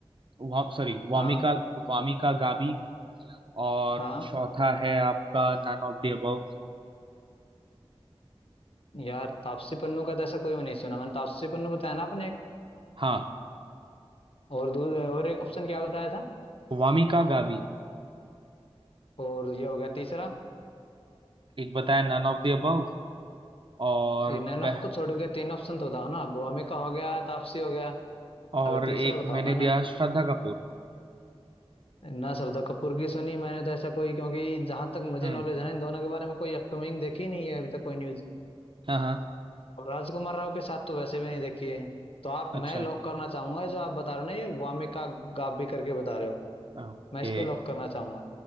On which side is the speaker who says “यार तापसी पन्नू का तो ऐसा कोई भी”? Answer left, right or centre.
Left